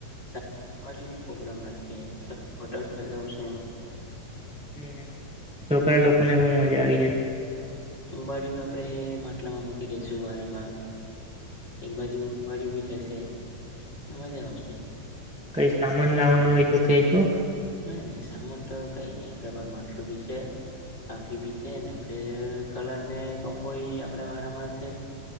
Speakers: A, on the left; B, in the centre.
A: <unintelligible> પ્રોગ્રામ રાખ. <unintelligible> પતંગ ચગાવસુ.
B: હમ છોકરા લોકો ને પણ મજા આવી જશે.
A: ઉુંબાડીયું આપડે માટલામાં મૂકી દઈશું વારીમાં. એક બાજુ <unintelligible> થશે. મજા આવશે.
B: કઈ સામાન લાવવાનું હોય તો કેજો.
A: નાઈ નઈ સામાન તો કઈ નઈ આપડ પર માટલું ભી છે, આપપડી ભી છે ને આપે કલર ને કબોઈ વારામાંસે જ